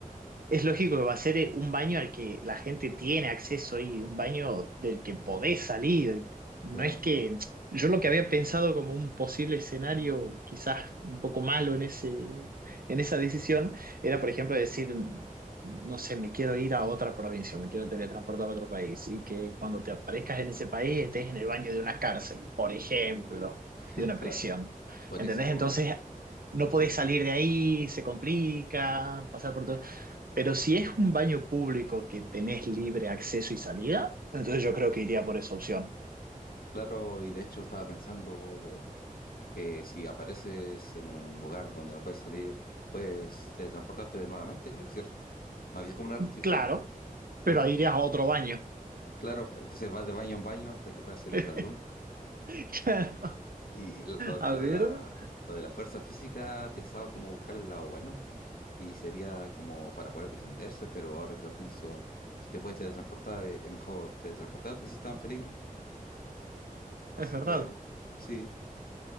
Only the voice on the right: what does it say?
es lógico que va a ser eh, un baño al que la gente tiene acceso y un baño del que podés salir. No
es que yo lo que había pensado como un posible escenario, quizás un poco malo en ese, en esa decisión, era, por ejemplo, decir, no sé, me quiero ir a otra provincia, me quiero teletransportar a otro país y que cuando te aparezcas en ese país estés en el baño de una cárcel, por ejemplo,
de una
prisión.
¿Entendés?
Entonces no podés
salir de ahí, se complica, pasar por todo. Pero si es un baño público que tenés libre acceso y salida, entonces yo creo que iría por esa opción.
Claro, pero
ahí irías a otro baño.
<laughs>
Claro.
A
ver,
es verdad.